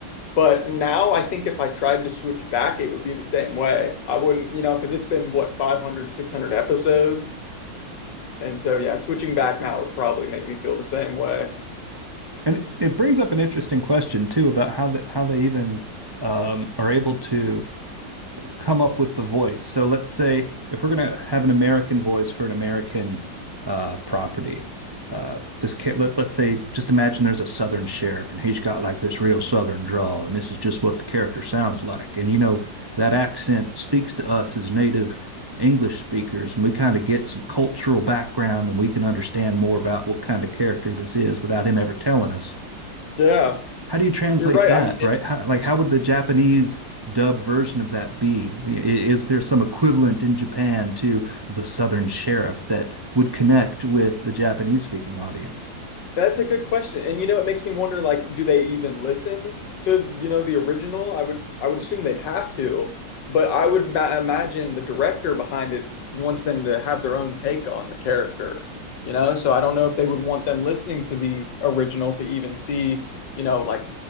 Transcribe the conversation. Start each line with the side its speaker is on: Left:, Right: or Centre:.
Left: But now, I think if I tried to switch back, it would be the same way. I wouldn't, you know, because it's been what 500, 600 episodes, and so yeah, switching back now would probably make me feel the same way.
Right: And it brings up an interesting question too about how the, how they even um, are able to come up with the voice. So let's say if we're going to have an American voice for an American uh, property, uh, this ca- let, let's say just imagine there's a Southern sheriff and he's got like this real Southern drawl, and this is just what the character sounds like. And you know that accent speaks to us as native English speakers, and we kind of get some cultural background, and we can understand more about what kind of character this is without him ever telling us
Left: Yeah,
Right: how do you translate
Left: you're right.
Right: that,
Left: I mean, it,
Right: right? How, like, how would the Japanese dub version of that be? I- Is there some equivalent in Japan to the Southern Sheriff that would connect with the Japanese speaking audience?
Left: That's a good question. And you know, it makes me wonder like, do they even listen to, you know, the original? I would I would assume they'd have to, but I would ma imagine the director behind it wants them to have their own take on the character, you know? So I don't know if they would want them listening to the original to even see, you know, like